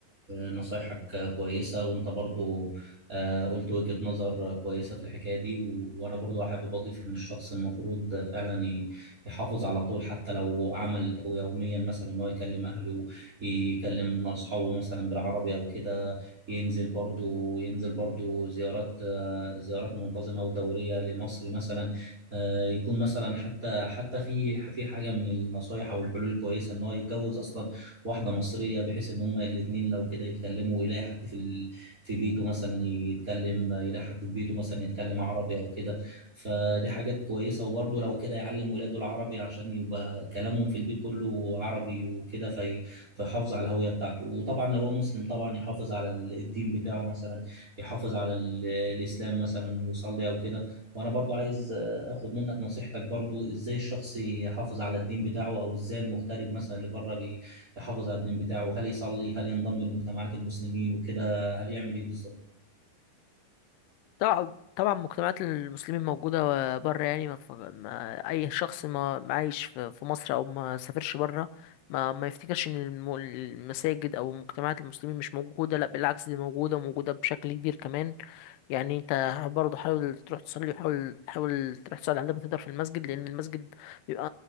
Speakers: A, on the right; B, on the left.
A: نصايحك كويسة وأنت برضو آه، قلت وجهة نظر كويسة في الحكاية دي و- وأنا برضو حابب أضيف إن الشخص المفروض فعلا ي- يحافظ على طول حتى لو عمل يوميا مثلا إن هو يكلم أهله يكلم أصحابه مثلا بالعربي أو كده ينزل برضو ينزل برضو زيارات آه، زيارات منتظمة ودورية لمصر مثلا آه، يكون مثلا حتى حتى في في حاجة من النصايح أو الحلول الكويسة إن هو يتجوز أصلا واحده مصريه بحيث ان هما الاثنين لو كده يتكلموا ويلاقي حد في ال... في بيته مثلا يتكلم يلاقي حد في بيته مثلا يتكلم عربي او كده فدي حاجات كويسه وبرضه لو كده يعلم ولاده العربي عشان يبقى كلامهم في البيت كله عربي وكده في... فيحافظ على الهويه بتاعته وطبعا لو هو مسلم طبعا يحافظ على ال- الدين بتاعه مثلا يحافظ على ال... الاسلام مثلا ويصلي او كده وانا برضو عايز اخد منك نصيحتك برضو ازاي الشخص يحافظ على الدين بتاعه او ازاي المغترب مثلا اللي بره يحافظ على الدين بتاعه هل يصلي هل ينضم لمجتمعات المسلمين وكده هل يعمل ايه بالظبط
B: طبعا طبعا مجتمعات المسلمين موجودة بره يعني ما, تفك... ما أي شخص ما ما عايش في في مصر أو ما سافرش بره ما ما يفتكرش إن الم- المساجد أو مجتمعات المسلمين مش موجودة لا بالعكس دي موجودة وموجودة بشكل كبير كمان يعني أنت برضه حاول تروح تصلي وحاول حاول تروح تصلي على قد ما تقدر في المسجد لأن المسجد بيبقى